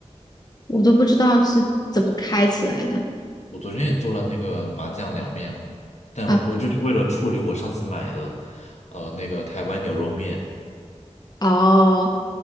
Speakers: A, on the left; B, on the left.
A: 我都不知道是怎么开起来的
B: 我昨天也做了那个麻酱凉面嘛，但我我就是为了处理我上次买的，
A: 啊。
B: 呃，那个台湾牛肉面，
A: 哦，